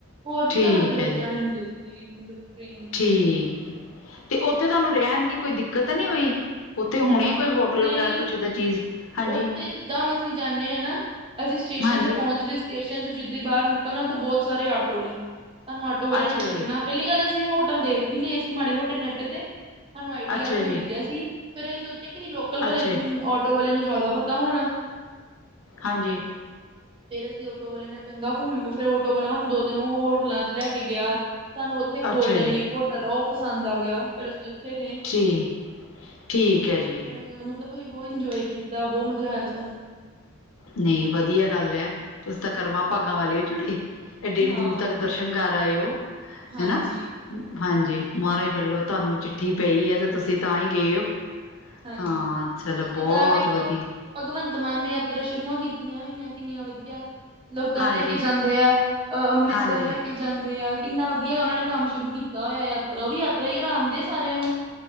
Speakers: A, on the right; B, on the left.
A: ਹੋਰ ਵੀ
B: ਠੀਕ
A: ਸਾਨੂੰ ਉੱਥੇ ਬੜੇ
B: ਹੈ ਜੀ,
A: ਜਾਣੇ ਮਿਲੇ ਸੀ, ਮਤਲਬ ਟ੍ਰੇਨ
B: ਠੀਕ,
A: ਚ
B: ਤੇ ਉੱਥੇ ਤੁਹਾਨੂੰ ਰਹਿਣ ਦੀ ਕੋਈ ਦਿੱਕਤ ਤਾਂ ਨਹੀਂ ਹੋਈ ਉੱਥੇ ਹੋਣੇ ਕੋਈ ਹੋਟਲ
A: ਨਹੀਂ
B: ਵਗੈਰਾ ਕੁੱਛ ਐਦਾਂ ਚੀਜ਼ ਹਾਂਜੀ
A: ਉੱਥੇ ਜਿੱਦਾਂ ਹੁਣ ਅਸੀਂ ਜਾਂਦੇ ਹਾਂ ਨਾ ਅਸੀਂ ਸਟੇਸ਼ਨ
B: ਹਾਂਜੀ
A: ਤੇ ਪਹੁੰਚਦੇ ਸਟੇਸ਼ਨ 'ਚ ਜਿੱਦੀ ਬਾਹਰ ਨਿਕਲਣਾ, ਉੱਥੇ ਬਹੁਤ ਸਾਰੇ ਆਟੋ ਨੇ, ਤੁਹਾਨੂੰ ਆਟੋ ਵਾਲੇ
B: ਅੱਛਾ
A: ਨੇ ਚੱਕਣਾ
B: ਜੀ
A: ਪਹਿਲੀ ਗੱਲ ਅਸੀਂ ਹੋਟਲ ਦੇਖ ਵੀ ਲਏ ਸੀ ਮਾੜੇ ਮੋਟੇ ਨੈੱਟ ਤੇ, ਸਾਨੂੰ ਆਈਡੀਆ
B: ਅੱਛਾ
A: ਜਿਹਾ
B: ਜੀ
A: ਮਿਲ ਗਿਆ ਸੀ ਫੇਰ ਅਸੀਂ ਸੋਚਿਆ ਕਿ ਅਸੀਂ ਲੋਕਲ ਵਾਲੇ
B: ਅੱਛਾ ਜੀ
A: ਆਟੋ ਵਾਲੇ ਨੂੰ ਜ਼ਿਆਦਾ ਪਤਾ ਹੋਣਾ
B: ਹਾਂਜੀ
A: ਫਿਰ ਅਸੀਂ ਆਟੋ ਵਾਲੇ ਨਾਲ ਚੰਗਾ ਘੁੰਮ, ਫਿਰ ਆਟੋ ਵਾਲਾ ਸਾਨੂੰ ਦੋ ਤਿੰਨ ਹੋਟਲਾਂ 'ਚ ਲੈ ਕੇ ਗਿਆ ਸਾਨੂੰ ਉੱਥੇ
B: ਅੱਛਾ
A: ਗੋਲਡਨ
B: ਜੀ
A: ਲੀਫ ਹੋਟਲ ਉਹ ਪਸੰਦ ਆ ਗਿਆ, ਫਿਰ ਅਸੀਂ ਉੱਥੇ ਰਹੇ
B: ਜੀ, ਠੀਕ ਹੈ ਜੀ
A: ਅ ਮਤਲਬ ਅਸੀਂ ਬਹੁਤ ਇੰਜੋਏ ਕੀਤਾ, ਬਹੁਤ ਮਜ਼ਾ ਆਇਆ ਸਾਨੂੰ
B: ਨਹੀਂ ਵਧੀਆ ਗੱਲ ਹੈ ਤੁਸੀਂ ਤਾਂ ਕਰਮਾਂ ਭਾਗਾਂ ਵਾਲੇ ਜੁੜੇ ਐਡੀ- ਐਡੀ
A: ਹਾਂ
B: ਦੂਰ ਤੱਕ ਦਰਸ਼ਨ ਕਰ ਆਏ ਹੋ
A: ਹਾਂਜੀ,
B: ਹੈਨਾ, ਹਾਂਜੀ ਮਹਾਰਾਜ ਵਲੋਂ ਤੁਹਾਨੂੰ ਚਿੱਠ ਚਿੱਠੀ ਪਈ ਹੈ ਤਾਂ ਤੁਸੀਂ ਤਾਂ ਹੀ ਗਏ ਹੋ,
A: ਹਾਂਜੀ।
B: ਹਾਂ ਚਲੋ
A: ਹੁਣ ਜਿੱਦਾਂ
B: ਬਹੁਤ
A: ਵੇਖੋ
B: ਵਧੀ
A: ਭਗਵੰਤ ਮਾਨ ਨੇ ਯਾਤਰਾ ਸ਼ੁਰੂਆਂ ਕੀਤੀਆਂ ਹੋਈਆਂ ਕਿੰਨੀਆਂ ਵਧੀਆ। ਲੋਕਾਂ
B: ਹਾਂਜੀ
A: ਨੂੰ ਲੈ ਕੇ ਜਾਂਦੇ ਆ-ਅ ਅੰਮ੍ਰਿਤਸਰ
B: ਹਾਂਜੀ
A: ਲੈ ਕੇ ਜਾਂਦੇ ਆ ਕਿੰਨਾ ਵਧੀਆ ਉਹਨਾਂ ਨੇ ਕੰਮ ਸ਼ੁਰੂ ਕੀਤਾ। ਕੀਤਾ ਹੋਇਆ ਯਾਤਰਾ ਉਹ ਵੀ ਯਾਤਰਾ ਈ ਕਰਾਉਂਦੇ ਐ ਸਾਰਿਆਂ ਨੂੰ